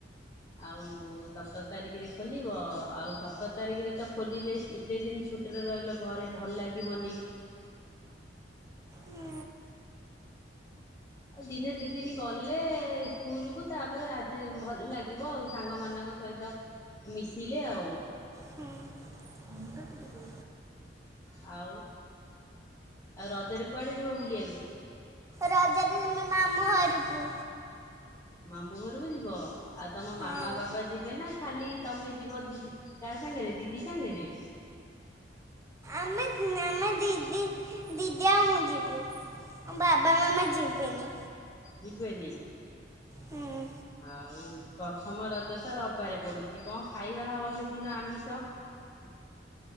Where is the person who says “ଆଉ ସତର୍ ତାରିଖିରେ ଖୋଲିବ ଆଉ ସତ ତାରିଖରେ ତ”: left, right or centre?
Left